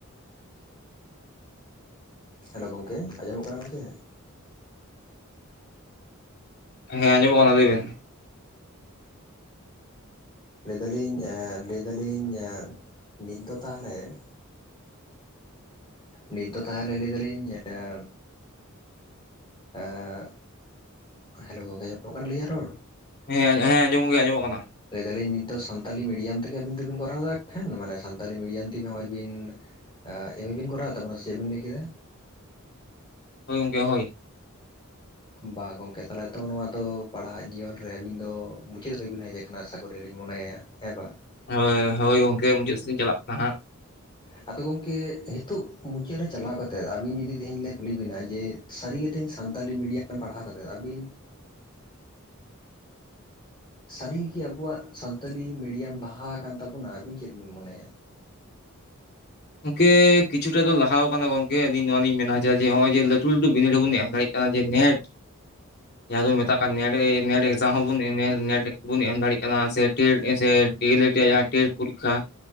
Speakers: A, on the left; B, on the left.
A: ᱦᱮᱞᱳ ᱜᱚᱢᱠᱮ ᱟᱸᱡᱚᱢᱚᱜ ᱠᱟᱱᱟ ᱜᱚᱝᱠᱮ ᱾
B: ᱦᱮᱸ ᱟᱸᱡᱚᱢᱚᱜ ᱠᱟᱱᱟ ᱞᱮᱭ ᱵᱮᱱ ᱾
A: ᱞᱮᱭ ᱫᱟᱞᱤᱧ ᱞᱮᱭᱫᱟᱞᱤᱧ ᱮᱸ ᱱᱤᱛ ᱫᱚ ᱛᱟᱦᱚᱞᱮ ᱾ ᱱᱤᱛ ᱫᱚ ᱛᱟᱦᱞᱮ ᱞᱮᱭ ᱫᱟᱞᱤᱧ ᱡᱮ ᱾ ᱮᱸ ᱦᱮᱞᱳ ᱜᱚᱝᱠᱮ ᱟᱡᱚᱢᱚ ᱠᱟᱱᱟ ᱟᱞᱤᱧᱟᱜ ᱨᱚᱲ ᱾
B: ᱦᱮᱸ ᱦᱮᱸ ᱟᱡᱚᱢ ᱜᱮ ᱟᱡᱚᱢᱚᱜ ᱠᱟᱱᱟ ᱾
A: ᱞᱮᱭ ᱫᱟᱞᱤᱧ ᱱᱤᱛ ᱫᱚ ᱥᱟᱱᱛᱟᱞᱤ ᱢᱤᱰᱤᱭᱟᱢ ᱛᱮᱜᱮ ᱟᱵᱤᱱ ᱫᱚᱵᱤᱱ ᱠᱚᱨᱟᱣ ᱮᱫᱟ ᱠᱷᱟᱱ ᱢᱟᱱᱮ ᱥᱟᱱᱛᱟᱞᱤ ᱢᱤᱰᱤᱭᱟᱢ ᱛᱮᱜᱮ ᱦᱚᱸᱜ ᱚᱭ ᱵᱤᱱ ᱾ ᱮᱸ ᱮᱢ ᱮ ᱵᱤᱱ ᱠᱚᱨᱟᱣ ᱫᱟ ᱥᱮᱜ ᱵᱤᱱ ᱞᱮᱭ ᱠᱮᱫᱟ ᱾
B: ᱦᱳᱭ ᱜᱚᱝᱠᱮ ᱦᱳᱭ ᱾
A: ᱵᱟᱝ ᱜᱚᱝᱠᱮ ᱛᱟᱦᱚᱞᱮ ᱛᱚ ᱱᱚᱣᱟ ᱫᱚ ᱯᱟᱲᱦᱟᱜ ᱡᱤᱭᱚᱱ ᱨᱮ ᱟᱵᱤᱱ ᱫᱚ ᱾ ᱢᱩᱪᱳᱫ ᱨᱮᱵᱤᱱ ᱦᱮᱡ ᱟᱠᱟᱱᱟ ᱟᱥᱟ ᱠᱚ ᱨᱮᱞᱤᱧ ᱢᱚᱱᱮᱭᱟ ᱦᱮᱸ ᱵᱟᱝ ᱾
B: ᱦᱳᱭ ᱦᱳᱭ ᱜᱚᱝᱠᱮ ᱢᱩᱪᱟᱹᱫ ᱥᱮᱫ ᱤᱧ ᱪᱟᱞᱟᱜ ᱠᱟᱱᱟ ᱦᱟᱸᱜ ᱾
A: ᱟᱫᱚ ᱜᱚᱢᱠᱮ ᱱᱤᱛᱚᱜ ᱢᱩᱪᱟᱹᱫ ᱨᱮ ᱪᱟᱞᱟᱣ ᱠᱟᱛᱮ ᱟᱵᱤᱱ ᱡᱩᱫᱤ ᱛᱮᱦᱮᱧ ᱞᱮ ᱠᱩᱞᱤ ᱵᱮᱱᱟ ᱡᱮ ᱾ ᱥᱟᱹᱨᱤ ᱜᱮ ᱛᱮᱦᱮᱧ ᱥᱟᱱᱛᱟᱞᱤ ᱢᱤᱰᱤᱭᱟᱢ ᱯᱟᱲᱦᱟᱣ ᱠᱟᱛᱮᱜ ᱟᱵᱤᱱ ᱮᱸᱜ ᱾ ᱥᱟᱨᱤᱜᱮᱠᱤ ᱟᱵᱚᱣᱟᱜ ᱥᱟᱱᱛᱟᱞᱤ ᱢᱤᱰᱤᱭᱟᱢ ᱞᱟᱦᱟ ᱟᱠᱟᱱ ᱛᱟᱵᱚᱱᱟ ᱟᱵᱤᱱ ᱪᱮᱫ ᱵᱤᱱ ᱢᱚᱱᱮᱭᱟ ᱾
B: ᱜᱚᱝᱠᱮ ᱠᱤᱪᱷᱩᱴᱟ ᱫᱚ ᱞᱟᱦᱟᱣ ᱠᱟᱱᱟ ᱜᱚᱝᱠᱮ ᱟᱞᱤᱧ ᱱᱚᱣᱟ ᱞᱤᱧ ᱢᱮᱱᱟᱪ ᱡᱮ ᱱᱚᱜ ᱚᱭ ᱡᱮ ᱞᱟᱹᱴᱩ ᱞᱟᱹᱴᱩ ᱵᱤᱱᱤᱰ ᱦᱚᱵᱤᱱ ᱮᱢ ᱫᱟᱲᱮᱭᱟᱜ ᱠᱟᱱᱟ ᱡᱮ ᱱᱮᱴ
A: <inaudible>
B: ᱾ ᱡᱟᱸᱦᱟᱸ ᱫᱚᱵᱚ ᱢᱮᱛᱟᱜ ᱠᱟᱱᱟ ᱱᱮᱴ ᱱᱮᱴ ᱮᱠᱡᱟᱢ ᱦᱚᱸᱵᱚᱱ ᱮᱢ <unintelligible> ᱫᱟᱲᱮᱭᱟᱜ ᱠᱟᱱᱟ ᱥᱮᱜ ᱴᱮᱴ ᱦᱮᱥᱮ ᱰᱤ ᱮᱞ ᱮᱰ ᱡᱟᱦᱟ ᱾ ᱴᱮᱴ ᱯᱚᱨᱤᱠᱠᱷᱟ